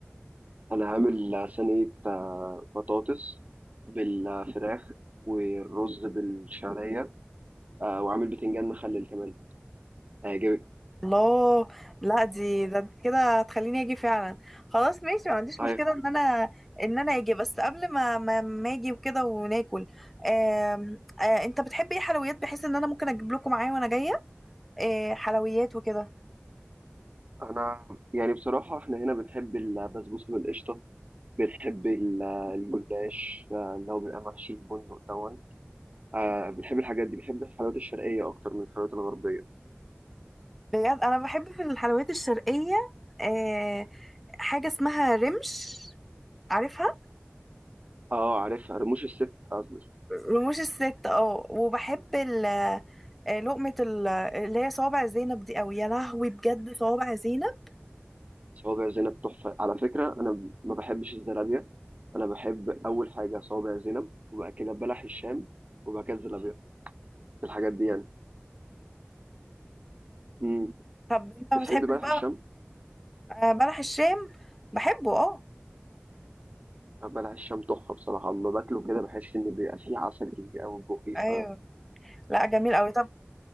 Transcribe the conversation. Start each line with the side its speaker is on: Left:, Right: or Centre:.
Right: انا عامل آه، صينيه آه، بطاطس بالفراخ والرز بالشعريه آه، وعامل بتنجان مخلل كمان هيعجبك
Centre: الله لا دي ده انت كده هتخليني اجي فعلا خلاص ماشي ما عنديش
Right: هاي-
Centre: مشكله ان انا ان انا اجي بس قبل ما ما, ما اجي وكده وناكل آم، آه انت بتحب ايه حلويات بحيث ان انا ممكن اجيب لكم معايا وانا جايه آه حلويات وكده
Right: انا يعني بصراحه احنا هنا بنحب البسبوسه بالقشطه بتحبي ال- الجلاش آه، اللي هو بيبقى محشي البندق دون آه بتحبي الحاجات دي بتحبي الحلويات الشرقية أكتر من الحلويات الغربية
Centre: بجد انا بحب في الحلويات الشرقيه آه حاجه اسمها رمش عارفها
Right: اه عارفها رموش الست قصدي
Centre: رموش الست اه وبحب ال آه، لقمة ال- اللي هي صوابع زينب دي قوي يا لهوي بجد صوابع زينب
Right: صوابع زينب تحفة على فكرة أنا ما بحبش الزلابية أنا بحب أول حاجة صوابع زينب وبعد كده بلح الشام وبعد كده الزلابية الحاجات دي يعني مم.
Centre: طب انت ما
Right: بتحبي
Centre: بتحبش
Right: بلح
Centre: بقى
Right: الشام؟
Centre: آه، بلح الشام بحبه اه
Right: آه، بلح الشام تحفة بصراحة أما باكله كده بحس إن بيبقى فيه عسل كتير أوي في بقي
Centre: ايوه
Right: ف
Centre: لا جميل قوي طب